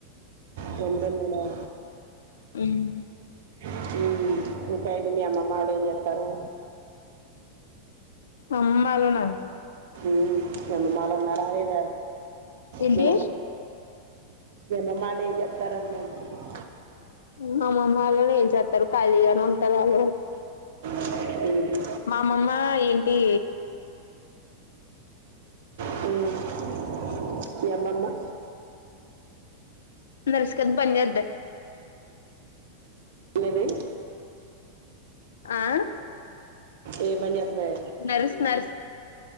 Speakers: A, on the right; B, on the left.
A: తమ్ముడు ఉన్నాడా?
B: హ్మ్
A: హ్మ్ ఇంకా అయితే మీ అమ్మ డాడ్ ఏం చేత్తారు?
B: అమ్మ లోనా.
A: హ్మ్ నను మా ఉన్నారా లేదా?
B: ఏంటి
A: దేనమ్మా! ఎందమ్మా. బయలుదేర తర్వాత మాట్లా <inaudible>
B: మా మామ్మ వాళ్లు ఏం చేత్తారు ఖాళీగానే ఉంటారు వాళ్లు.
A: హ్మ్
B: మా అమ్మమ్మ ఏంటి?
A: హ్మ్ ఎందమ్మా?
B: నర్స్ కింద పని చేద్ది.
A: ఉన్నది.
B: ఆ
A: ఏ పని వెత
B: నర్స్ నర్స్